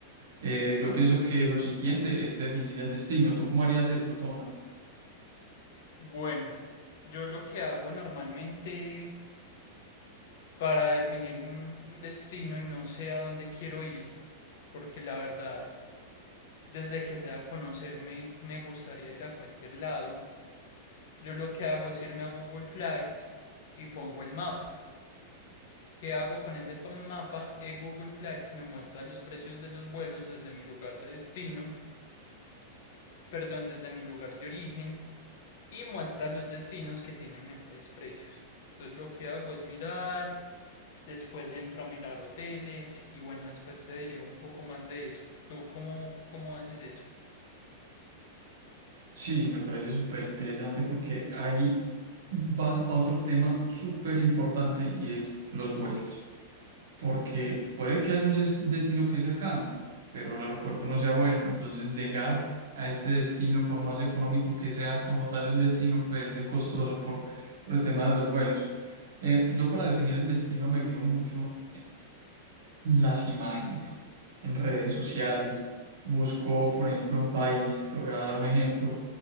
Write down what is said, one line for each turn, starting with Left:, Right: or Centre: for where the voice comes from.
Right: Eh, yo pienso que lo siguiente es definir el destino. ¿Tú cómo harías esto, Tomás?
Left: Bueno, yo lo que hago normalmente para definir un, un destino y no sé a dónde quiero ir, porque la verdad, desde que sea conocerme, me gustaría ir a cualquier lado. Yo lo que hago es irme a Google Flights y pongo el mapa. ¿Qué hago con ese pa- mapa? Eh, Google Flights me muestra los precios de los vuelos desde mi lugar de destino, perdón, desde mi lugar de origen, y muestra los destinos que tienen mejores precios. Entonces lo que hago es mirar, después entro a mirar hoteles y bueno, después te diré un poco más de eso. ¿Tú cómo, cómo haces eso?
Right: Sí, me parece súper interesante porque ahí vas a otro tema súper importante y es los vuelos. Porque puede que haya un des- destino que es cercano, pero el aeropuerto no sea bueno. Entonces llegar a este destino, por más económico que sea como tal el destino, puede ser costoso por, por el tema de los vuelos. Eh, yo para definir el destino me guío mucho las imágenes en redes sociales. Busco, por ejemplo, un país, te voy a dar un ejemplo.